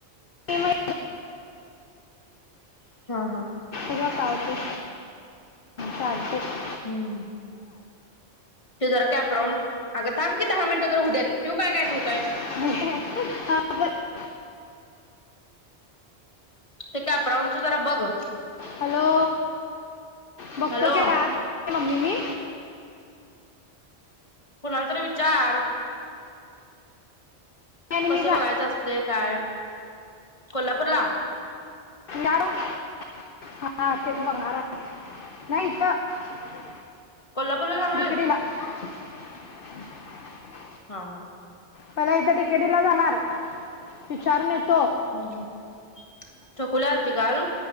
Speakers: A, on the left; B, on the left.
A: मग
B: हा हा.
A: बघुया काय होतंय चालतंय-
B: हम्म ते जरा कॅप राऊंड अगं थांब की दहा मिनटं तर होऊदे ठेऊ काय ठेऊ
A: हा.
B: ते काय राऊंड च जरा बघं
A: हॅलो बघतो
B: हॅलो
A: की आज ही मम्मीनी
B: कुणाला तर विचार
A: आणि
B: कसं
A: मी
B: बघायचं असतय काय कोल्हापूर ला?
A: जाणार <unintelligible>
B: कोल्हापूरला जाणार
A: डी
B: आहेस
A: के टी ला. <unintelligible>
B: हा हा.
A: पहिला इथे डी के टी ला जाणार विचारून येतो.
B: हम्म हम् छकुली आलती काल